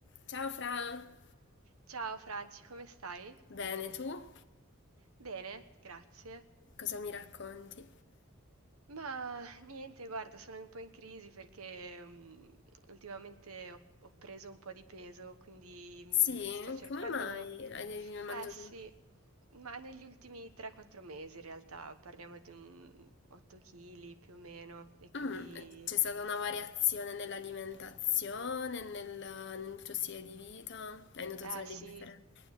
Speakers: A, on the left; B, on the right.
A: Ciao Fra,
B: Ciao Franci, come stai?
A: bene tu?
B: Bene, grazie.
A: Cosa mi racconti?
B: Ma niente, guarda, sono un po' in crisi perché mm, ultimamente ho, ho preso un po' di peso, quindi mm,
A: Sì,
B: sto cercando...
A: come mai hai hai mangiato?
B: Eh sì, ma negli ultimi 3-4 mesi in realtà parliamo di un 8 kg più o meno e quindi...
A: Mm, c'è stata una variazione nell'alimentazione, nel, nel tuo stile di vita? Hai notato
B: Eh
A: delle
B: sì,
A: differenze?